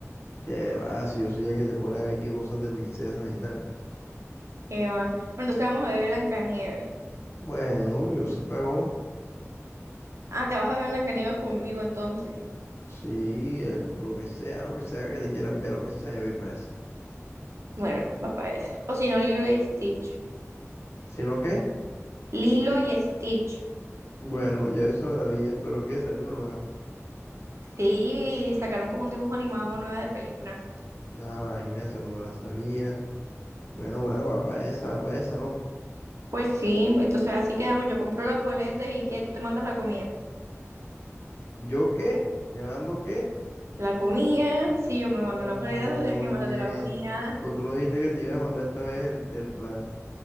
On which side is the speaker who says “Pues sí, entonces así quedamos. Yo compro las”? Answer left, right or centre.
Right